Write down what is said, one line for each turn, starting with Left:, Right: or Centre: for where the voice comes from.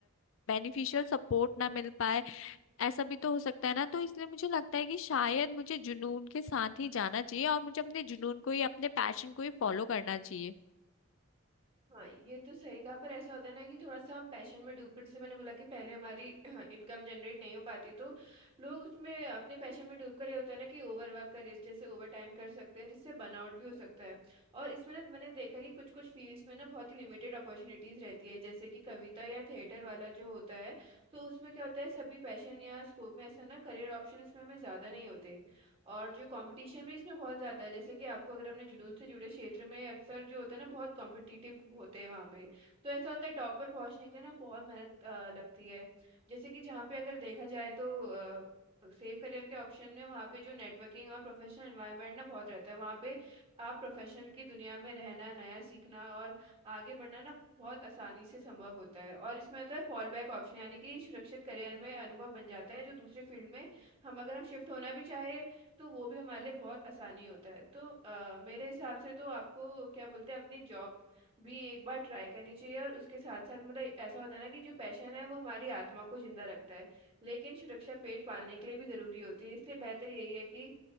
Left: बेनिफिशियल सपोर्ट ना मिल पाए ऐसा भी तो हो सकता है ना तो इसलिए मुझे लगता है कि शायद मुझे जुनून के साथ ही जाना चाहिए और मुझे अपने जुनून को ही अपने पैशन को ही फॉलो करना चाहिए
Right: हाँ ये तो सही कहा पर ऐसा होता है ना कि थोड़ा सा हम पैशन में डूब पड़े जैसे मैंने बोला कि पहले हमारी <clears throat> इनकम जनरेट नहीं हो पाती तो लोग उसमें अपने पैशन में डूब कर ये होता है ना कि ओवर वर्क कर इस जैसे ओवर टाइम कर सकते हैं जिससे बर्नआउट भी हो सकता है और इसमें ना मैंने देखा कि कुछ कुछ फील्ड्स में ना बहुत ही लिमिटेड अपॉर्चुनिटीज रहती है जैसे कि कविता या थिएटर वाला जो होता है तो उसमें क्या होता है सभी पैशन या स्कोप में ऐसा ना करियर ऑप्शन इसमें हमें ज्यादा नहीं होते और जो कंपटीशन भी इसमें बहुत ज़्यादा है जैसे कि आपको अगर हमने जुनून से जुड़े क्षेत्र में अक्सर जो होता है ना बहुत कॉम्पिटिटिव होते हैं वहाँ पे तो ऐसा होता है टॉप पर पहुँचने के लिए ना बहुत मेहनत अ, लगती है जैसे कि जहाँ पे अगर देखा जाए तो अ, सेफ करियर के ऑप्शन में वहाँ पे जो नेटवर्किंग और प्रोफेशनल एनवायरनमेंट ना बहुत रहता है वहाँ पे आप प्रोफेशनल की दुनिया में रहना नया सीखना और आगे बढ़ना ना बहुत आसानी से संभव होता है और इसमें होता है फॉल बैक ऑप्शन यानी कि सुरक्षित करियर में अनुभव बन जाता है जो दूसरे फील्ड में हम अगर हम शिफ्ट होना भी चाहे तो वो भी हमारे लिए बहुत आसानी होता है तो अ, मेरे हिसाब से तो आपको क्या बोलते हैं अपनी जॉब भी एक बार ट्राई करनी चाहिए और उसके साथ साथ मतलब ऐसा होता है ना कि जो पैशन है वो हमारी आत्मा को जिंदा रखता है लेकिन सुरक्षा पेट पालने के लिए भी जरूरी होती है इसलिए बेहतर यही है कि